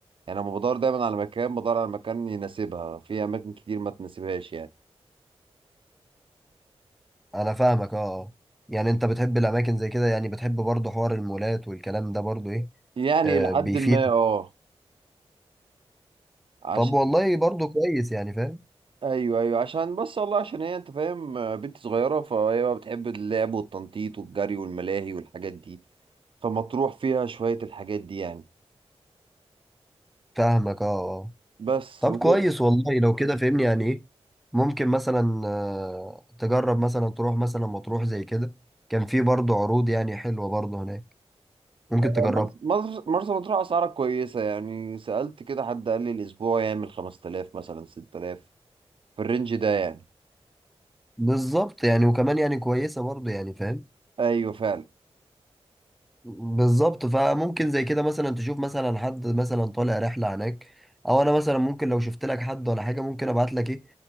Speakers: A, on the right (about 50°); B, in the centre.
A: يعني انا بدور دايما على مكان بدور على مكان يناسبها في اماكن كتير ما تناسبهاش يعني
B: انا فاهمك اه يعني انت بتحب الاماكن زي كده يعني بتحب برضه حوار المولات والكلام ده برضه ايه
A: يعني
B: آه
A: لحد
B: بيفيد
A: ما اه عشان
B: طب والله برضه كويس يعني فاهم
A: ايوه ايوه عشان بس والله عشان هي انت فاهم آه، بنت صغيره فهي بقى بتحب اللعب والتنطيط والجري والملاهي والحاجات دي فمطروح فيها شويه الحاجات دي يعني
B: فاهمك اه اه
A: بس
B: طب
A: و-
B: كويس والله لو كده فهمني يعني ايه ممكن مثلا آه تجرب مثلا تروح مثلا مطروح زي كده كان في برضه عروض يعني حلوة برضه هناك ممكن
A: مرس-
B: تجربها
A: مرس- مرسى مطروح اسعارها كويسه يعني سالت كده حد قال لي الاسبوع يعمل 5000 مثلا 6000 في الرينج ده يعني
B: بالظبط يعني وكمان يعني كويسة برضه يعني فاهم
A: ايوه فعلا
B: بالظبط فممكن زي كده مثلا تشوف مثلا حد مثلا طالع رحلة هناك او انا مثلا ممكن لو شفت لك حد ولا حاجة ممكن ابعت لك ايه